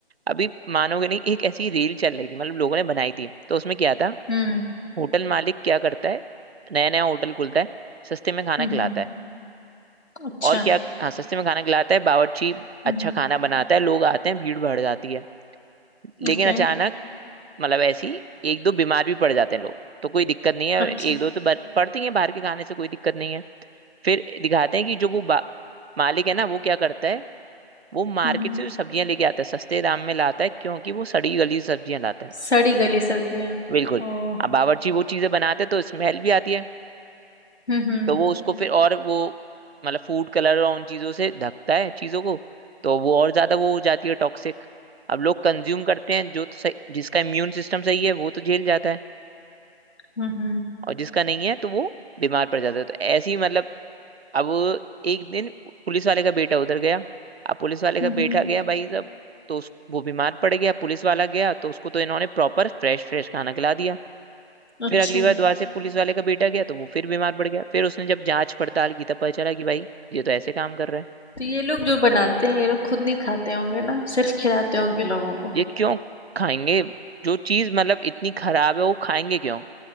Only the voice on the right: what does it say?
अभी मानोगे नहीं एक ऐसी रील चल रही थी मतलब लोगों ने बनाई थी तो उसमें क्या था
होटल मालिक क्या करता है नया नया होटल खुलता है सस्ते में खाना
खिलाता
है
और क्या हाँ सस्ते में खाना खिलाता है बावर्ची अच्छा
खाना बनाता है लोग आते हैं भीड़ बढ़ जाती है लेकिन
अचानक मतलब ऐसी एक दो बीमार भी पड़ जाते हैं लोग तो कोई दिक्कत नहीं है
एक दो तो बर- पड़ते ही हैं बाहर के खाने से कोई दिक्कत नहीं है फिर दिखाते हैं कि जो वो बा- मालिक है ना वो क्या करता है वो मार्केट
से जो सब्जियां लेके आता है सस्ते दाम में लाता है क्योंकि वो सड़ी गली सब्जियां लाता है
बिल्कुल
अब बावर्ची वो चीजें बनाते हैं तो स्मेल भी आती है
तो वो उसको फिर और वो मतलब फूड कलर और उन चीजों से ढकता है चीजों को तो वो और ज्यादा वो हो जाती है टॉक्सिक अब लोग कंज्यूम करते हैं जो तो सही जिसका इम्यून सिस्टम सही है वो तो झेल जाता है
और जिसका नहीं है तो वो बीमार पड़ जाता है तो ऐसे ही मतलब अब एक दिन पुलिस वाले का बेटा उधर गया अब पुलिस वाले
का
बेटा गया भाई साहब तो उस वो बीमार पड़ गया पुलिस वाला गया तो उसको तो इन्होंने प्रॉपर फ्रेश फ्रेश खाना खिला दिया
फिर अगली बार दोबारा से पुलिस वाले का बेटा गया तो वो फिर बीमार पड़ गया फिर उसने जब जांच पड़ताल की तब पता चला कि भाई ये तो ऐसे काम कर रहा है
ये क्यों खाएंगे जो चीज मतलब इतनी खराब है वो खाएंगे क्यों